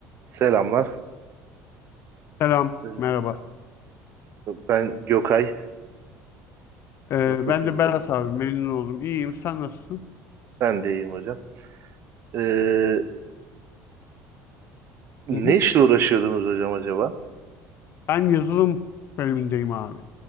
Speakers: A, on the right; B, on the left.
A: Selamlar.
B: Selam,
A: Ee,
B: merhaba.
A: Ben Gökay.
B: Ee,
A: Nasılsınız
B: ben de Berat
A: hocam?
B: abi, memnun oldum. İyiyim, sen nasılsın?
A: Ben de iyiyim hocam. Ee, ne
B: Hı hı.
A: işle uğraşıyordunuz hocam acaba?
B: Ben yazılım bölümündeyim abi.